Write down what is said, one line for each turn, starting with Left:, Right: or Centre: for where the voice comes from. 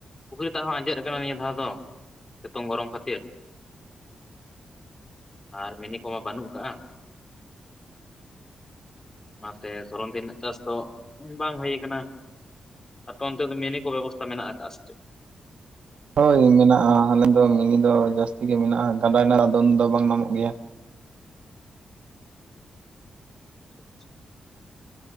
Left: ᱥᱮᱛᱟᱜ ᱦᱚᱸ ᱟᱸᱡᱮᱫ ᱟᱠᱟᱱᱟ ᱱᱤᱭᱟᱹ ᱫᱷᱟᱣ ᱫᱚ ᱥᱤᱛᱩᱝ ᱜᱚᱨᱚᱢ ᱠᱷᱟᱹᱛᱤᱨ᱾ ᱟᱨ ᱢᱤᱱᱤ ᱠᱚᱢᱟ ᱵᱟᱹᱱᱩᱜ ᱟᱠᱟᱜ-ᱟ᱾ ᱚᱱᱟᱛᱮ ᱫᱷᱚᱨᱚᱱ ᱫᱤᱱ ᱨᱮᱱᱟᱜ ᱪᱟᱥ ᱫᱚ ᱵᱟᱝ ᱦᱩᱭ ᱟᱠᱟᱱᱟ᱾ ᱟᱯᱮ ᱚᱱᱛᱮ ᱫᱚ ᱢᱤᱱᱤ ᱠᱚ ᱵᱮᱵᱚᱥᱛᱟ ᱢᱮᱱᱟᱜ ᱟᱠᱟᱫᱼᱟ ᱥᱮ ᱪᱮᱫ?
Right: ᱦᱳᱭ ᱢᱮᱱᱟᱜ-ᱟ ᱟᱞᱮ ᱫᱚ ᱢᱤᱱᱤ ᱫᱚ ᱡᱟᱹᱥᱛᱤ ᱜᱮ ᱢᱮᱱᱟᱜ-ᱟ ᱜᱟᱰᱟ ᱨᱮᱱᱟᱜ ᱫᱚᱱ ᱫᱚ ᱵᱟᱝ ᱧᱟᱢᱚᱜ ᱜᱮᱭᱟ᱾
Left: <unintelligible>